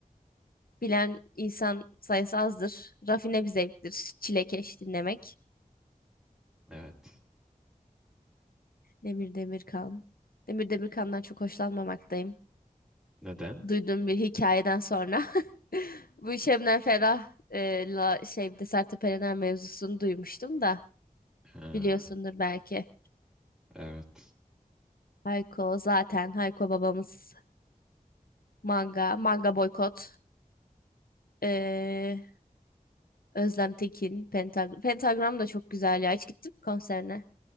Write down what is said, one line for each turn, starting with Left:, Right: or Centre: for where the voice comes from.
Left: bilen insan sayısı azdır. Rafine bir zevktir. Çilekeş dinlemek.
Centre: evet.
Left: Demir Demirkan. Demir Demirkan'dan çok hoşlanmamaktayım.
Centre: Neden?
Left: Duyduğum bir hikayeden sonra. <laughs> Bu Şebnem Ferah e, la, şey bir de Sertab Erener mevzusunu duymuştum da.
Centre: Ha,
Left: Biliyorsundur belki.
Centre: evet.
Left: Hayko zaten Hayko babamız manga, manga boykot. Ee, Özlem Tekin, Pentag Pentagram da çok güzel ya. Hiç gittin mi konserine?